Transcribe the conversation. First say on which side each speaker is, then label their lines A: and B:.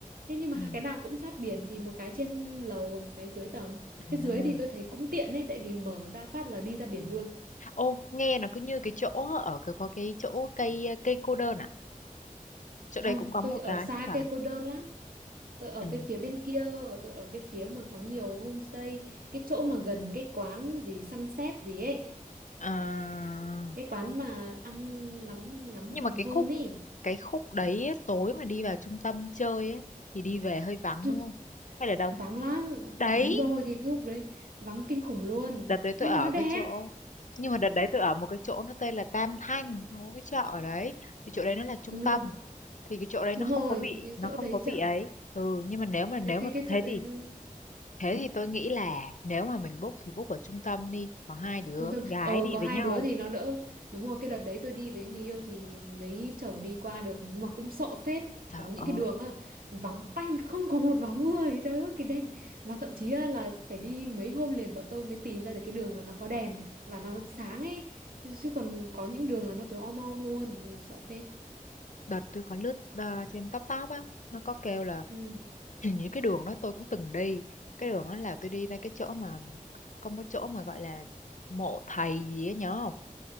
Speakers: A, on the right; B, on the left.
A: Thế nhưng mà
B: Ừ.
A: cái nào cũng sát biển thì một cái trên lầu và một cái dưới tầng.
B: À.
A: Cái dưới thì tôi thấy cũng tiện ấy tại vì mở ra phát là đi ra biển luôn
B: Ô, nghe nó cứ như cái chỗ ở cái có cái chỗ cây cây cô đơn à? Chỗ
A: Không,
B: đây cũng có
A: tôi
B: một
A: ở
B: cái
A: xa
B: không phải?
A: cây cô đơn lắm. Tôi ở
B: Ừ.
A: cái phía bên kia cơ, tôi ở cái phía mà có nhiều homestay, cái chỗ mà gần cái quán gì sunset gì ấy,
B: À.
A: cái quán mà ăn ngắm ngắm
B: Nhưng
A: hoàng
B: mà cái
A: hôn
B: khúc
A: ấy.
B: cái khúc đấy ấy, tối mà đi vào trung tâm chơi ấy thì đi về hơi vắng
A: Chứ-
B: đúng không? Hay là đông?
A: Vắng lắm,
B: Đấy,
A: đúng rồi cái khúc đấy, vắng kinh khủng luôn.
B: đợt đấy tôi
A: Nhưng
B: ở
A: mà nó đẹp.
B: cái chỗ nhưng mà đợt đấy tôi ở một cái chỗ nó tên là Tam Thanh nó có cái chợ ở đấy thì chỗ đấy nó là trung
A: Ừ,
B: tâm thì cái chỗ đấy nó
A: đúng rồi,
B: không có bị
A: từ cái
B: nó
A: chỗ
B: không
A: đấy
B: có
A: chậm,
B: bị ấy ừ nhưng mà nếu mà nếu
A: cái cái
B: mà
A: cái
B: thế
A: chỗ đấy
B: thì
A: nó
B: thế thì tôi nghĩ là nếu mà mình book thì book ở trung tâm đi có hai đứa
A: trung tâm
B: con gái
A: ờ
B: đi
A: có hai
B: với nhau
A: đứa thì nó đỡ đúng rồi cái đợt đấy tôi đi với người yêu thì mới chở đi qua được nhưng mà cũng sợ phết
B: Trời
A: có những
B: ơi,
A: cái đường á, vắng tanh không có một bóng người trời ơi cái đèn và thậm chí á, là phải đi mấy hôm liền bọn tôi mới tìm ra được cái đường mà nó có đèn và nó sáng ấy chứ còn có những đường là nó tối om om luôn ui sợ phết
B: đợt tôi có lướt ờ, trên top top á nó có kêu là
A: ừ
B: <clears throat> hình như cái đường đó tôi cũng từng đi cái đường đó là tôi đi ra cái chỗ mà có một chỗ mà gọi là mộ thầy gì ấy nhớ không